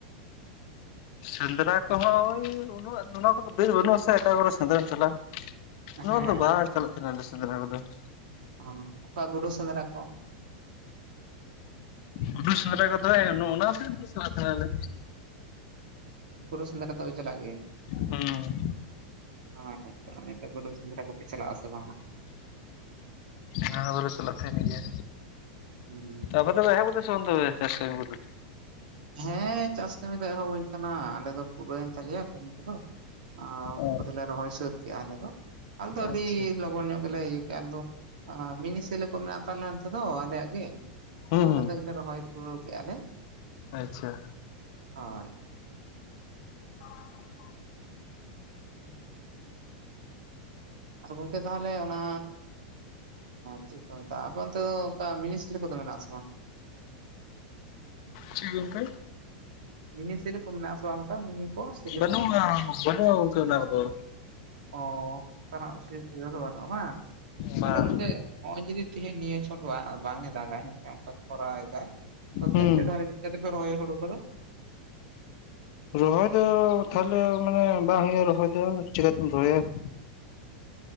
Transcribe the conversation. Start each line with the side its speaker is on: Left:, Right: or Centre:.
Left: ᱥᱮᱸᱫᱽᱨᱟ ᱠᱚᱦᱚᱸ ᱳᱭ ᱩᱱᱟᱹᱜ ᱚᱱᱟ ᱠᱚᱫᱚ ᱵᱤᱨ ᱵᱟᱹᱱᱩᱜ ᱟᱥᱮ ᱚᱠᱟ ᱠᱚᱨᱮ ᱥᱮᱸᱫᱽᱨᱟᱢ ᱪᱟᱞᱟᱜᱼᱟ᱾ ᱚᱱᱟ
Right: ᱦᱮᱸ
Left: ᱨᱮᱫᱚ ᱵᱟᱞᱮ ᱪᱟᱞᱟᱜ ᱛᱟᱦᱮᱱᱟ ᱥᱮᱸᱫᱽᱨᱟ ᱠᱚ ᱫᱚ ᱾
Right: ᱚ ᱚᱠᱟ ᱜᱩᱰᱩ ᱥᱮᱸᱫᱽᱨᱟ ᱠᱚ?
Left: ᱜᱩᱰᱩ ᱥᱮᱸᱫᱽᱨᱟ ᱠᱚᱫᱚ ᱞᱮ ᱚᱱᱟ ᱪᱟᱞᱟᱜ ᱛᱟᱦᱮᱱᱟ ᱞᱮ᱾
Right: ᱜᱩᱰᱩ ᱥᱮᱸᱫᱽᱨᱟ ᱫᱚ ᱯᱮ ᱪᱟᱞᱟᱜ ᱜᱮᱭᱟ?
Left: ᱦᱩᱸ᱾
Right: ᱦᱳᱭ ᱦᱳᱭ ᱜᱩᱰᱳ ᱥᱮᱸᱫᱽᱨᱟ ᱠᱚᱯᱮ ᱪᱟᱞᱟᱜ ᱟᱥᱮ ᱵᱟᱝ ᱦᱟᱜ?
Left: ᱚᱱᱟ ᱠᱚ ᱫᱚ ᱞᱮ ᱪᱟᱞᱟᱜ ᱛᱟᱦᱮᱱ ᱜᱮᱭᱟ᱾
Right: ᱦᱩᱸ᱾
Left: ᱛᱚ ᱟᱯᱮ ᱫᱚ ᱯᱮ ᱮᱦᱚᱵ ᱠᱮᱫᱟ ᱥᱮ ᱵᱟᱝ ᱛᱚᱵᱮ ᱪᱟᱥ ᱠᱟᱢᱤ ᱠᱚ ᱫᱚ?
Right: ᱦᱮᱸ ᱪᱟᱥ ᱠᱟᱹᱢᱤ ᱫᱚ ᱮᱦᱚᱵ ᱦᱳᱭ ᱟᱠᱟᱱᱟ᱾ ᱟᱞᱮ ᱫᱚ ᱯᱩᱨᱟᱹᱭᱣᱮᱱ ᱛᱟᱞᱮᱭᱟ ᱠᱟᱹᱢᱤ ᱠᱚ ᱫᱚ᱾ ᱟᱨ <unintelligible>
Left: ᱚ
Right: ᱞᱮ ᱨᱚᱦᱚᱭ ᱥᱟᱹᱛ ᱠᱮᱫᱟ ᱟᱞᱮ ᱫᱚ᱾ ᱟᱞᱮ ᱫᱚ
Left: ᱟᱪᱪᱷᱟ
Right: ᱟᱹᱰᱤ ᱞᱚᱜᱚᱱ ᱧᱚᱜ ᱜᱮᱞᱮ ᱤᱭᱟᱹ ᱠᱮᱜᱼᱟ ᱟᱫᱚ ᱚᱸ ᱢᱤᱱᱤ ᱥᱮᱞᱚ ᱠᱚ ᱢᱮᱱᱟᱜ ᱛᱟᱞᱮᱭᱟ ᱱᱚᱛᱮ ᱫᱚ ᱟᱞᱮᱭᱟᱜ ᱜᱮ᱾
Left: ᱦᱩᱸ
Right: ᱟᱫᱚ
Left: ᱦᱩᱸ
Right: ᱚᱱᱟ ᱛᱮᱜᱮ ᱞᱮ ᱨᱚᱦᱚᱭ ᱯᱩᱨᱟᱹᱣ ᱠᱮᱜᱼᱟ ᱞᱮ᱾
Left: ᱟᱪᱪᱷᱟ᱾
Right: ᱦᱳᱭ᱾
Left: <inaudible>
Right: <inaudible> ᱟᱨ ᱜᱚᱝᱠᱮ ᱛᱟᱦᱚᱞᱮ ᱚᱱᱟ ᱪᱮᱫ ᱠᱚ ᱢᱮᱛᱟᱜᱼᱟ ᱟᱯᱮ ᱚᱱᱛᱮ ᱚᱱᱠᱟ ᱢᱤᱱᱤᱥ ᱠᱚᱫᱚ ᱢᱮᱱᱟᱜ ᱟᱥᱮ ᱵᱟᱝ?
Left: ᱪᱤᱜ ᱜᱚᱝᱠᱮ
Right: ᱢᱤᱱᱤ ᱥᱮᱞᱚ ᱢᱚᱱᱟᱜ ᱟᱥᱮ ᱵᱟᱝ? ᱚᱱᱠᱟ ᱢᱤᱱᱤ ᱠᱚ ᱥᱮᱞᱚ
Left: ᱵᱟᱹᱱᱩᱼᱟ
Right: ᱠᱚ
Left: ᱵᱟᱹᱱᱩᱜᱼᱟ ᱜᱚᱝᱠᱮ ᱚᱱᱟ ᱠᱚᱫᱚ ᱾
Right: ᱚ ᱚᱱᱠᱟᱱᱟᱜ ᱥᱩᱯ ᱤᱭᱟᱹ ᱫᱚ ᱵᱟᱹᱱᱩᱜᱼᱟ ᱵᱟᱝ,
Left: ᱵᱟᱝ
Right: ᱛᱟᱦᱞᱮ ᱜᱚᱝᱠᱮ ᱱᱚᱜᱼᱚᱭ ᱡᱩᱫᱤ ᱛᱮᱦᱤᱧ ᱱᱤᱭᱟᱹ ᱪᱷᱚᱰᱣᱟᱜ ᱵᱟᱝ ᱮ ᱫᱟᱜᱟᱭ ᱦᱮᱸᱥᱮ ᱚᱝᱠᱟ ᱠᱚᱨᱟᱣ ᱫᱟᱭ ᱛᱚ ᱛᱮᱱᱯᱮ
Left: ᱦᱩᱸ
Right: ᱫᱷᱟᱲᱤᱡ ᱾ ᱛᱮᱯᱮ ᱨᱚᱦᱚᱭᱟ ᱦᱳᱲᱳ ᱠᱚᱫᱚ ᱾
Left: ᱨᱚᱦᱚᱭ ᱫᱚ ᱛᱟᱞᱮ ᱢᱟᱱᱮ ᱵᱟᱝ ᱦᱳᱭᱳᱜᱼᱟ ᱨᱚᱦᱚᱭ ᱫᱚ ᱪᱮᱠᱟᱛᱮᱢ ᱨᱚᱦᱚᱭᱟ ᱾